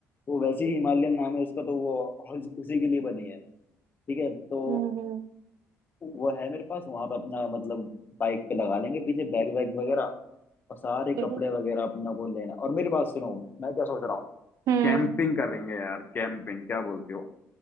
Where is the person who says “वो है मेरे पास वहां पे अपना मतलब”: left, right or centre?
Left